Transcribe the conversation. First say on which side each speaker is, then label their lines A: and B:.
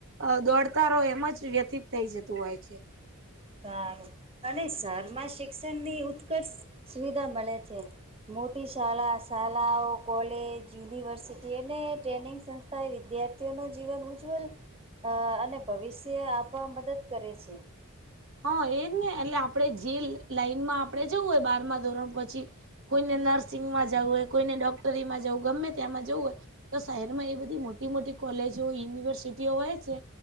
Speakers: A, on the right; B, on the right.
A: અ દોડતાારો એમ જ વ્યથિત થઈ જતું હોય છે.
B: સારું અને શેરમાં શિક્ષણની ઉત્કર્ષ સુવિધા મળે છે. મોટી શાળા-શાળાઓ કોલેજ યુનિવર્સિટી અને ટ્રેનિંગ વિદ્યાર્થીઓ નું જીવન ઉજ્જ્વલ અ અને ભવિષ્ય આપવા મદદ કરે છે.
A: હા, એજ ને, એટલે આપણે લાઈનમાં આપણે હોય, બારમા ધોરણ પછી. કોઈને નર્સિંગમાં જવું હોય, કોઈને ડોક્ટરીમાં જવું ગમે, ત્યાં માં જવું હોય. તો શહેર માં એ બધી મોટી-મોટી કોલેજો યુનિવર્સિટીઓ હોય છે.